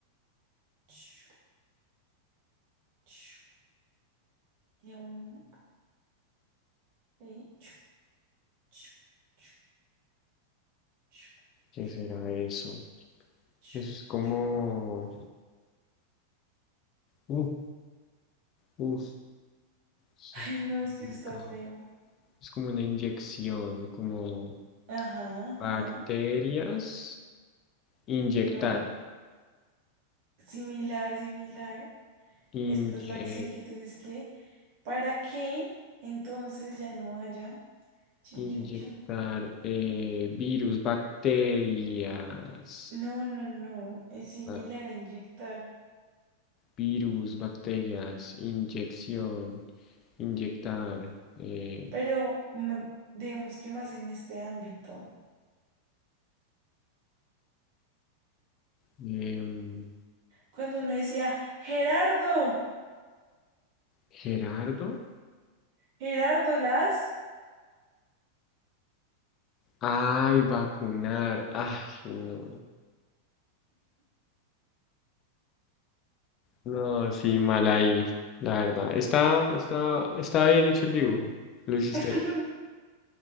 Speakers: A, on the right; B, on the left.
A: chu, chu, Y a uno. ahí, chu, chu, chu, chu,
B: ¿Qué
A: chu,
B: será eso?
A: chu,
B: Eso es como...
A: chu.
B: Uf, uf, eso
A: Ay,
B: está
A: no,
B: complicado.
A: es que eso está feo.
B: Es como una inyección, como
A: Ajá,
B: bacterias,
A: ajá.
B: inyectar,
A: No, similar, similar.
B: inye-
A: Esta es la acción que tienes que. ¿Para que Entonces ya no haya. Chin,
B: inyectar
A: chin, chin.
B: eh, virus, bacterias,
A: No, no, no. Es similar
B: bac-
A: a inyectar.
B: virus, bacterias, inyección, inyectar. eh,
A: Pero mm, digamos que más en este ámbito.
B: em,
A: Cuando uno decía, Gerardo,
B: Gerardo,
A: Gerardo Las,
B: ay, vacunar, ay, no, no, sí, mal ahí, la verdad. Está, está, está bien hecho el dibujo, lo hiciste
A: <laughs>